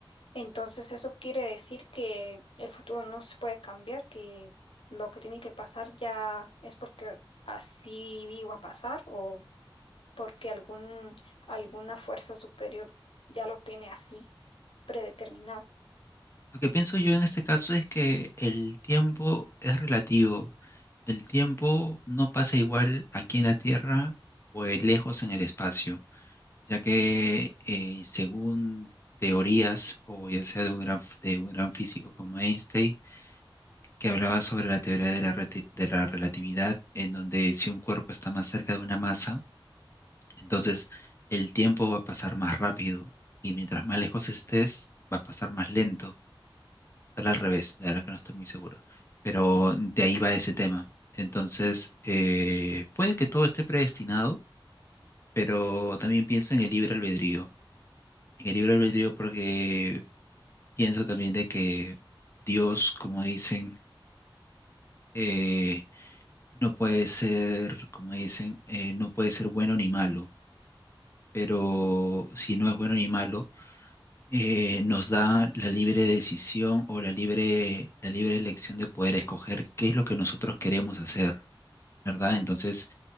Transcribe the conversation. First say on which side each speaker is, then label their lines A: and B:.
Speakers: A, on the left (about 80°); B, on the left (about 30°).
A: Entonces eso quiere decir que el futuro no se puede cambiar, que lo que tiene que pasar ya es porque así iba a pasar o porque algún, alguna fuerza superior ya lo tiene así, predeterminado.
B: Lo que pienso yo en este caso es que el tiempo es relativo. El tiempo no pasa igual aquí en la Tierra o eh, lejos en el espacio, ya que eh, según teorías, o ya sea de un gran, f- de un gran físico como Einstein, que hablaba sobre la teoría de la, reti- de la relatividad, en donde si un cuerpo está más cerca de una masa, entonces el tiempo va a pasar más rápido y mientras más lejos estés, va a pasar más lento. Era al revés, la verdad que no estoy muy seguro. Pero de ahí va ese tema. Entonces, eh, puede que todo esté predestinado, pero también pienso en el libre albedrío. En el libre albedrío porque pienso también de que Dios, como dicen, eh, no puede ser, como dicen, eh, no puede ser bueno ni malo. Pero si no es bueno ni malo, eh, nos da la libre decisión o la libre, la libre elección de poder escoger qué es lo que nosotros queremos hacer, ¿verdad? Entonces,